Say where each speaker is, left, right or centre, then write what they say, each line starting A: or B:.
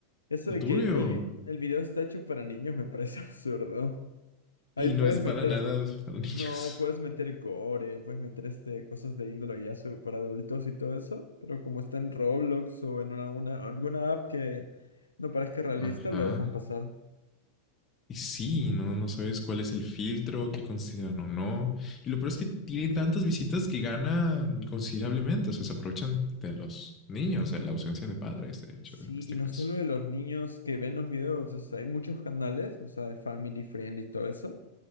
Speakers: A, on the left; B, on the left.
A: eso de
B: turbio
A: que el, vi- el video está hecho para niños me parece <laughs> absurdo. Ahí
B: y
A: puedes
B: no es
A: meter
B: para nada para <laughs> niños.
A: No, puedes meter gore, puedes meter este, cosas de índole ya sobre- para adultos y todo eso, pero como está en Roblox o en alguna, alguna app que no parezca realista,
B: Ajá.
A: lo dejan pasar.
B: Y sí, no, no sabes cuál es el filtro, qué consideran o no. Y lo peor es que tiene tantas visitas que ganan considerablemente. O sea, se aprovechan de los niños, de la ausencia de padres, de hecho,
A: Sí,
B: en este
A: y no
B: caso.
A: solo de los niños que ven los videos, o sea, hay muchos canales, o sea, de Family friendly y todo eso,